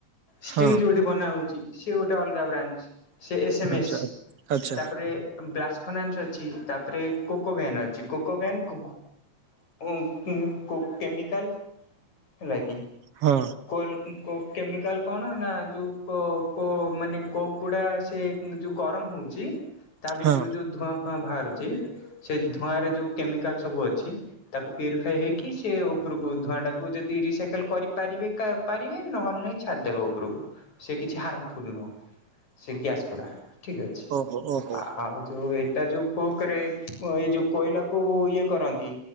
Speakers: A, on the left (about 65°); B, on the right (about 55°).
A: ଷ୍ଟିଲ୍
B: ହଁ
A: ଯୋଉଠି ବନା ହଉଛି ସେ ଗୋଟେ ଅଲଗା ବ୍ରାଞ୍ଚ। ସେ ଏସମଏସ୍
B: ଆଚ୍ଛା ଆଚ୍ଛା।
A: ତାପରେ ବ୍ଲାସ ଫନାନ୍ସ ଅଛି ତାପରେ କୋକୋ ଭାନ ଅଛି କୋକୋ ଭ୍ୟାନ କୋ <unintelligible> କେମିକାଲ ଲାଗି।
B: ହଁ।
A: କ ଇ କୋ କେମିକାଲ୍ କଣ ନା ଯେଉଁ ମାନେ କୋକ୍ କୋ ଗୁଡ଼ା ସେ ଯେଉଁ ଗରମ ହେଉଛି ତା ଭିତରୁ
B: ହଁ
A: ଯେଉଁ ଧୂଆଁ ଫୁଆଁ ବାହାରୁଛି। ସେ ଧୂଆଁରେ ଯୋଉ କେମିକାଲ ସବୁ ଅଛି। ତାକୁ ପ୍ୟୁରିଫାଇ ହେଇକି ସେ ଉପରକୁ ଧୂଆଁ ଟାକୁ ଯଦି ରିସାଇକଲ କରିପାରିବେ ପାରିବେ ନହେଲେ ନହିଁ ଛାଡିଦବା ଉପରକୁ ସେ କିଛି ହାର୍ମଫୁଲ ନୁହଁ। ସେ ଗ୍ୟାସ ଗୁଡା ଠିକ ଅଛି।
B: ଓହୋ ଓହୋ
A: ଆଉ ଯୋଉ ଏଇଟା ଯୋଉ କୋ କରେ ଏଇ ଯୋଉ କୋଇଲାକୁ ଇଏ କରନ୍ତି।